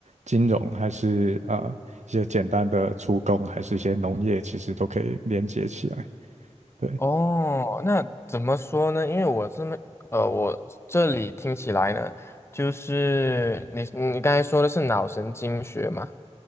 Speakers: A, on the right (about 80°); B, on the left (about 20°).
A: 金融还是呃一些简单的出工，还是一些农业，其实都可以连接起来。对
B: 哦，那怎么说呢？因为我这么，呃，我这里听起来呢，就是你你刚才说的是脑神经学嘛，